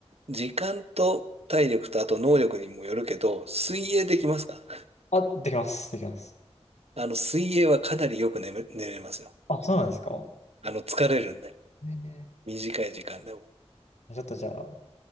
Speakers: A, on the right (about 65°); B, on the left (about 85°).
A: 時間と体力とあと能力にもよるけど、水泳できますか
B: あ、できます。できます。
A: あの、水泳はかなりよく眠、寝れますよ。
B: あ、そうなんですか。
A: あの、疲れるんで。
B: ね
A: 短い時間でも。
B: ねちょっとじゃあ、